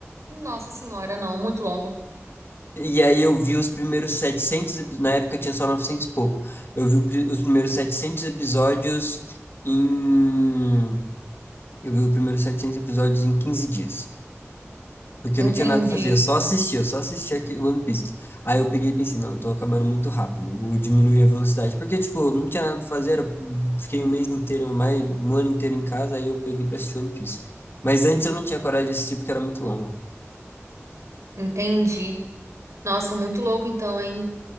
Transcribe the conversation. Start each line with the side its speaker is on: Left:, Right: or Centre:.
Right: Nossa senhora, não, muito longo.
Left: E aí eu vi os primeiros setecentos epi- na época tinha só 900 e pouco. Eu vi o pri- os primeiros 700 episódios em... Eu vi os primeiros 700 episódios em 15 dias. Porque eu
Right: Entendi,
Left: não tinha nada pra fazer, eu só assistia, eu só assistia aquele One Piece. Aí eu peguei e pensei, não, eu tô acabando muito rápido, vou diminuir a velocidade. Porque, tipo, eu não tinha nada pra fazer, era- fiquei um mês inteiro, mais um ano inteiro em casa, aí eu peguei pra assistir One Piece. Mas antes eu não tinha coragem de assistir porque era muito longo.
Right: entendi. Nossa, muito louco então, hein?